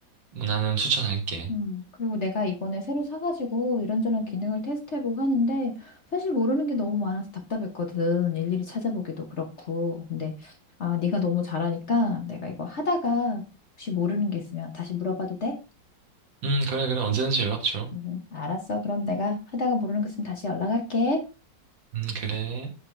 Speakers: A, on the right; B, on the left.
A: 나는 추천할게.
B: 음. 그리고 내가 이번에 새로 사가지고 이런저런 기능을 테스트해보고 하는데, 사실 모르는 게 너무 많아서 답답했거든. 일일이 찾아보기도 그렇고. 근데, 아, 네가 너무 잘하니까 내가 이거 하다가 혹시 모르는 게 있으면 다시 물어봐도 돼?
A: 음, 그래, 그래. 언제든지 연락 줘.
B: 음, 알았어. 그럼 내가 하다가 모르는 것 있으면 다시 연락할게.
A: 음, 그래.